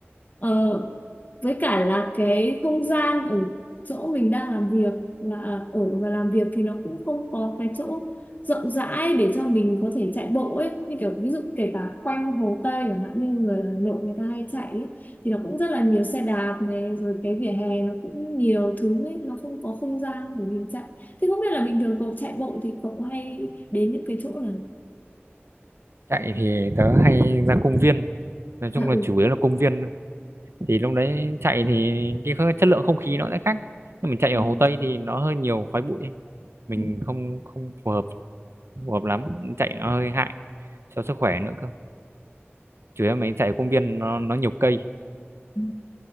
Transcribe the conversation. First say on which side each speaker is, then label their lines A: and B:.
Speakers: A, on the left; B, on the right.
A: Ờ, với cả là cái không gian ở chỗ mình đang làm việc là à, ở và làm việc thì nó cũng không có cái chỗ rộng rãi để cho mình có thể chạy bộ ấy như kiểu ví dụ kể cả quanh Hồ Tây chẳng hạn như người Hà Nội người ta hay chạy ấy, thì nó cũng rất là nhiều xe đạp này rồi cái vỉa hè nó cũng nhiều thứ ấy nó không có không gian để mình chạy thế không biết là bình thường cậu chạy bộ thì cậu hay đến những cái chỗ nào
B: chạy thì tớ hay ra công viên nói chung
A: à
B: là
A: ừ
B: chủ yếu là công viên thôi. thì lúc đấy chạy thì cái kh- chất lượng không khí nó sẽ khác nhưng mình chạy ở
A: Ừ.
B: Hồ Tây thì nó hơi nhiều khói bụi mình
A: Ừ.
B: không không phù hợp phù hợp lắm chạy nó hơi hại cho sức khỏe nữa cơ chủ yếu mình chạy công viên nó nó nhiều cây
A: Ừ.